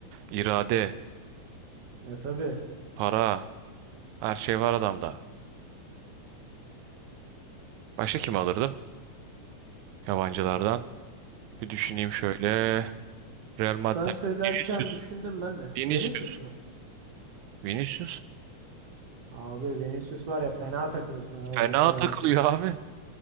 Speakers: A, on the right; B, on the right.
A: irade,
B: Ya tabii.
A: para her şey var adamda. Başka kim alırdım yabancılardan? Bir düşüneyim şöyle. Real Madrid.
B: Sen söylerken
A: Vinicius.
B: düşündüm ben de.
A: Vinicius.
B: Vinicius mu?
A: Vinicius.
B: Abi Vinicius var ya fena takılır sana bak
A: Fena
B: o kadar.
A: takılıyor abi.